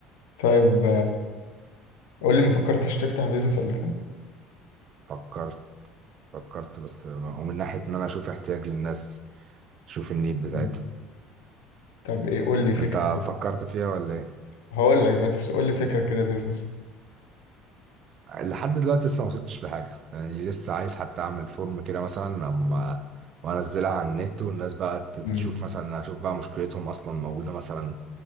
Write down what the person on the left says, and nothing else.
طيب قول لي ما فكرتش تفتح بيزنس قبل كده
مم. طب ايه قول لي فكرة
كده
هقول لك دلوقتي بس قول لي فكرة كده بيزنس
مم.